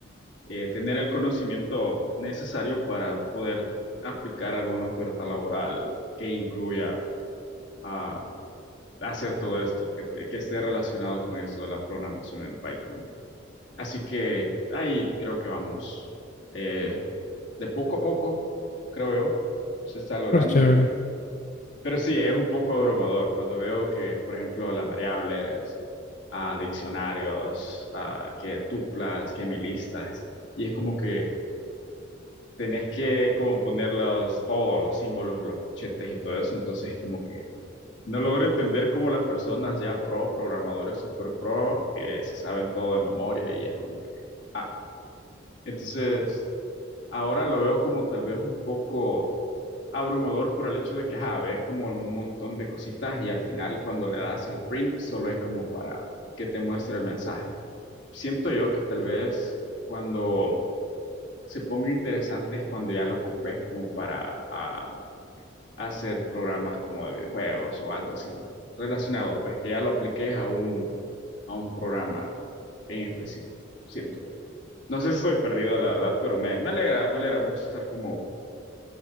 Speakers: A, on the left; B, on the left.
A: eh, tener el conocimiento necesario para poder aplicar alguna oferta laboral que incluya ah, hacer todo esto, que, que esté relacionado con esto de la programación en Python. Así que ahí creo que vamos. Eh, de poco a poco,
B: Sí.
A: creo yo, se está logrando.
B: Súper chévere.
A: y- pero sí, es un poco abrumador cuando veo que, por ejemplo, las variables, a diccionarios, a que tuplas, que milistas, y es como que tenés que como ponerlos todos los símbolos, los corchetes y todo eso, entonces como que no logro entender cómo las personas ya pro, programadores super pro, eh, se saben todo de memoria y es como que... ah, entonces, ahora lo veo como tal vez un poco abrumador por el hecho de que, ajá, ves como un montón de cositas y al final cuando le das el print solo es como para que te muestre el mensaje. Siento yo que tal vez cuando se ponga interesante es cuando ya lo ocupes como para ah, hacer programas como de videojuegos o algo así relacionado, pues que ya lo apliques a un, a un programa en específico, siento yo. No sé si estoy perdido, la verdad, pero me, me alegra, me alegra mucho estar como...